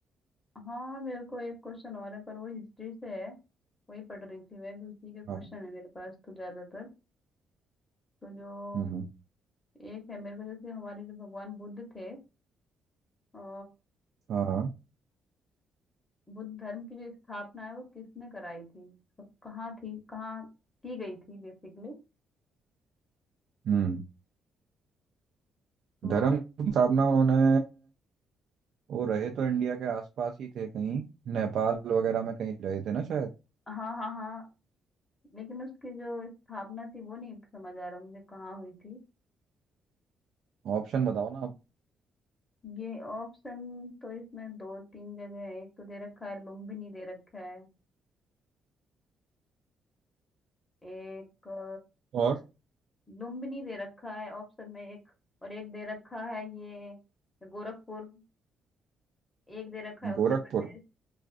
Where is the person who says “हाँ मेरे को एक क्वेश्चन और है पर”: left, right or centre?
Left